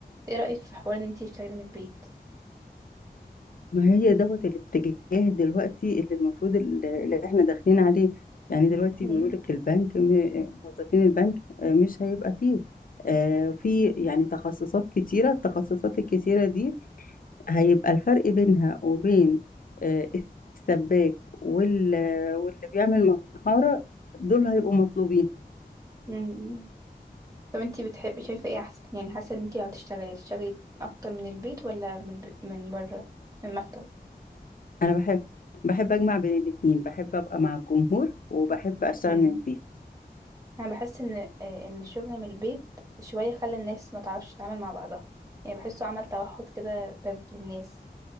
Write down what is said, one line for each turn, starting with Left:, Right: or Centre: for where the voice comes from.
Right: ايه رأيك في حوار ان انت تشتغلي من البيت
Left: ما هي دوت الاتجاه دلوقتي اللي المفروض ال- اللي احنا داخلين عليه يعني دلوقتي
Right: مم.
Left: بيقولوا لك البنك م- موظفين البنك آه، مش هيبقى فيه آه، في يعني تخصصات كتيرة التخصصات الكتيرة دي هيبقى الفرق بينها وبين آه، السباك وال- واللي بيعمل محارة دول هيبقوا مطلوبين
Right: مم. طب انتي بتحبي شايفة ايه احسن يعني حاسة ان انتي لو هتشتغلي هتشتغلي اكتر من البيت ولا من الب... من بره من المكتب
Left: انا بحب بحب اجمع بين الاتنين بحب ابقى مع الجمهور وبحب اشتغل
Right: مم.
Left: من البيت
Right: انا بحس ان آه، ان الشغل من البيت شوية خلى الناس ما تعرفش تتعامل مع بعضها يعني بحسه عمل توحد كده باب للناس